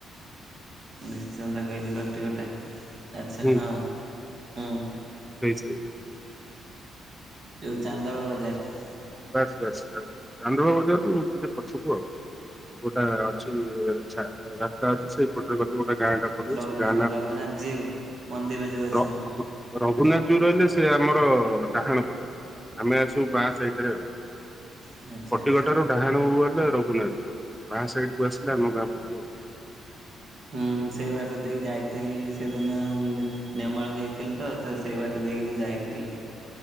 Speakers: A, on the right; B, in the centre.
A: ନିଶ୍ଚନ୍ତ କହିଲି କଟିକଟା ଆଚ୍ଛା
B: ହୁଁ
A: ହଁ ହୁଁ ।
B: ସେଇଠି
A: ଯୋଉ ଚାନ୍ଦଳ ବଜାର ।
B: ବାସ୍ ବାସ୍ ବାସ୍ ଚାନ୍ଦୁଆ ବଜାରଠୁ ଟିକେ ପଛକୁୁ ଆଉ । ଗୋଟେ ଅଛି ରାସ୍ତା ଅଛି ସେଇପଟରେ ଗଲେ ଗୋଟେ ଗାଁ ଟା ପଡିବ
A: ରଘୁନା
B: ସେ ଗାଁ ନାଁ
A: ରଘୁନାଥ
B: <unintelligible> ହେବ
A: ଜୀଉ ମନ୍ଦିର ଯୋଉ ଅଛନ୍ତି
B: ର ରଘୁନାଥଜିଉ ରହିଲେ ସେ ଆମର ଡାହାଣ ପଟରେ ଆମେ ଆସୁ ବାଁ ସାଇଟରେ ଆଉ।
A: ଆଚ୍ଛା।
B: କଟି
A: ଆଚ୍ଛା।
B: କଟାରୁ ଡାହାଣକୁ ଗଲେ ର ଘୁନାଥଜିଉ ବାଁ ସାଇଡକୁ ଆସିଲେ ଆମ ଗାଁ ପଡ଼ିବ ଆଉ।
A: ହୁଁ ସେଇ ବାଟ ଦେଇ ଯାଇଥିଲି ସେଦିନ ନେମାଳ ଯାଇଥିଲି ତ ତ ସେଇ ବାଟ ଦେଇକି ମୁଁ ଯାଇଥିଲି।